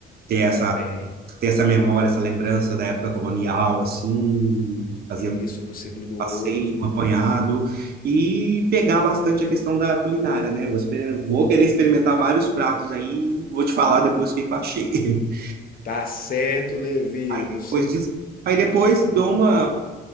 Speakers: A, on the right; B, on the left.
A: ter essa,
B: Também,
A: ter essa memória, essa lembrança da época colonial, assim, fazer
B: e isso do ciclo do
A: passeio,
B: ouro.
A: um apanhado e pegar bastante a questão da culinária, né? Vou, exper- vou querer experimentar vários pratos aí, vou te falar depois o que que eu achei. <laughs>
B: Tá certo, Levi, você
A: Depois disso. Aí depois dou uma